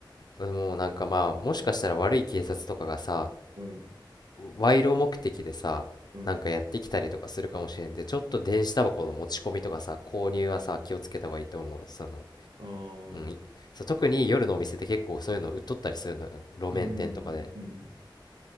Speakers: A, on the left; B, on the right.
A: うんもうなんかまあ、もしかしたら悪い警察とかがさ、
B: うん、
A: 賄賂目的でさなんかやってきたりとかするかもしれんでちょっと電子タバコの持ち込みとかさ購入はさ気をつけた方がいいと思うその、
B: うん。ああ、
A: うん、いそう特に夜のお店って結構そういうの売っとったりするのよ路面店とかで、
B: うん、うん、うん。うん